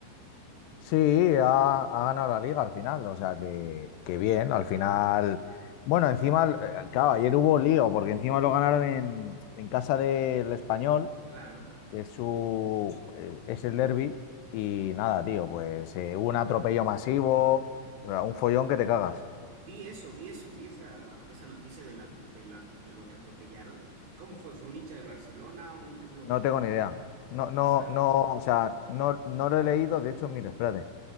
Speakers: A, on the left (about 80°); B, on the right (about 55°).
A: Sí, ha, ha ganado la liga al final, o sea que, que bien, al final. Bueno, encima, eh, claro, ayer hubo lío, porque encima lo ganaron en, en casa del Español,
B: Claro.
A: que es su eh, es el derbi, y nada, tío, pues eh, hubo un atropello masivo, o sea, un follón que te cagas.
B: Vi eso, vi eso, vi esa, esa noticia de la, de la, de lo que atropellaron. ¿Cómo fue? ¿Fue un hincha del Barcelona, un, un loquillo
A: No tengo
B: por
A: ni idea.
B: allá?
A: No,
B: No
A: no,
B: se sabe
A: no,
B: mucho.
A: o sea, no, no lo he leído, de hecho, mira, espérate.